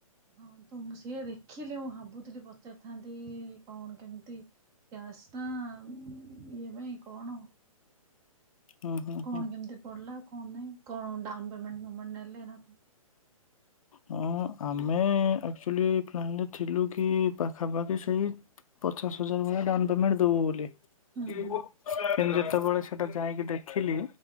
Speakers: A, on the right; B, on the left.
A: ହଁ ତ ମୁଁ ସେଇଆ ଦେଖିଲି ମୁଁ ଭାବୁଥିଲି। ପ ପଚାରିଥାନ୍ତି କଣ କେମିତି କ୍ୟାସ୍ ନା ଉଁ ଇ ଏମା ଇ? କଣ?
B: ହୁଁ ହୁଁ
A: କଣ
B: ହୁଁ।
A: କେମିତି ପଡିଲା। କଣ ନାଇଁ କଣ ଡାଉନପେମେଣ୍ଟ ଫେମେଣ୍ଟ ନେଲେ ନା କଣ?
B: ହଁ ଆମେ ଆକ୍ଚୁଆଲି ପ୍ଲାନ୍ ରେ ଥିଲୁ କି ପାଖାପାଖି ସେଇ ପଚାଶ ହଜାର ଭଳିଆ ଡାଉନ ପେମେଣ୍ଟ ଦବୁ ବୋଲି।
A: ହୁଁ
B: କେତେ?
A: ହୁଁ
B: ଯେତେବେଳେ ସେଟା ଯାଇକି ଦେଖିଲି।